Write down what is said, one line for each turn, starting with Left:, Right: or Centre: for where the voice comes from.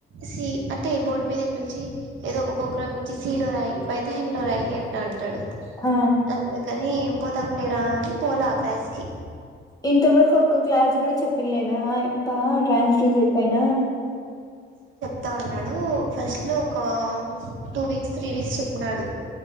Right: సి అంటే బోర్డు మీద పిలిచి ఏదో ఒక. ప్రోగ్రామ్ ఇచ్చి సీ లో రాయి పైథాన్ లో రాయి అంట అంటాడు
Left: ఆ
Right: అందుకని ఏం పోతాం లేరా అని పోలా ఆ క్లాస్ కి
Left: ఇంతవరకు ఒక్క క్లాస్ కూడా చెప్పలేదా ఆయి ప్పా ట్రాన్స్డ్యూజర్ పైన
Right: తా ఉన్నాడు ఫస్ట్ లో ఒక టూ వీక్ త్రీ వీక్స్ చెప్పినాడు,